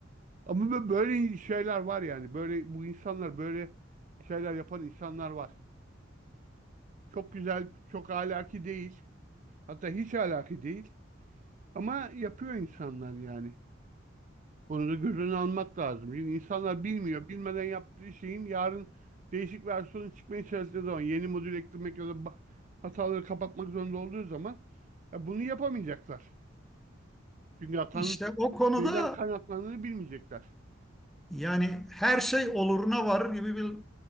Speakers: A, on the right; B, in the centre.
A: Ama bö- böyle şeyler var yani. Böyle bu insanlar böyle şeyler yapan insanlar var. Çok güzel, çok ahlaki değil. Hatta hiç ahlaki değil. Ama yapıyor insanlar yani. Bunu da göz önüne almak lazım. Çünkü insanlar bilmiyor. Bilmeden yaptığı şeyin yarın değişik versiyonu çıkmaya çalıştığı zaman yeni modül eklemek ya da ba- hataları kapatmak zorunda olduğu zaman ya bunu yapamayacaklar. Çünkü hatanın
B: İşte o konuda
A: neden kaynaklandığını bilmeyecekler.
B: Yani her şey oluruna varır gibi bir